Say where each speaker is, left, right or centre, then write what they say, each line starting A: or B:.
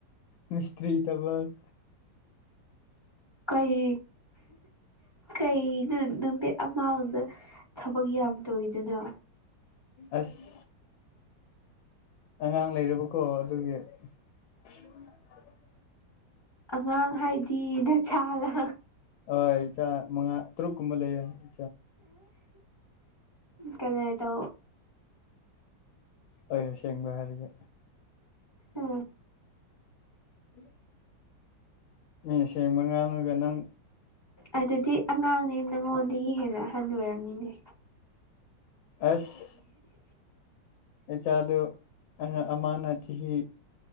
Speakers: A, on the left; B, on the left.
A: ꯃꯤꯁꯇ꯭ꯔꯤ ꯇꯕꯛ
B: ꯀꯩ ꯀꯩꯅꯣ ꯅꯨꯃꯤꯠ ꯑꯃꯥꯡꯗ ꯊꯕꯛ ꯌꯥꯝꯗꯣꯏꯔꯤꯗꯨꯅ
A: ꯑꯁ ꯑꯉꯥꯡ ꯂꯩꯔꯕꯀꯣ ꯑꯗꯨꯒꯤ ꯎ
B: ꯑꯉꯥꯡ ꯍꯥꯏꯗꯤ ꯅꯁꯥꯂ
A: ꯍ ꯏ ꯃꯉ ꯇꯔꯨꯛ ꯀꯨꯃ ꯂꯩ ꯏ
B: ꯀꯜꯂꯤꯦꯇ
A: ꯑ ꯁꯦꯡꯕ ꯍꯥꯏꯔꯒ
B: ꯑ
A: ꯎꯝ ꯃꯤ ꯁꯦꯡꯕ ꯉꯥꯡꯉꯒ ꯅꯪ
B: ꯑꯗꯨꯗꯤ ꯑꯉꯥꯡꯅꯦ ꯅꯪꯉꯣꯟꯗꯒꯤ ꯍꯦꯟꯅꯍꯜꯂ ꯑꯣꯏꯔꯕꯝꯅꯤꯅꯦ
A: ꯑꯁ ꯏꯆꯥꯗꯨ ꯑ ꯑꯃꯅ ꯆꯍꯤ